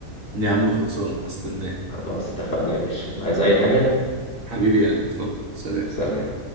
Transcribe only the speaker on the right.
يا عم خلصانة هستناك
حبيبي يا قلبي اتفضل سلام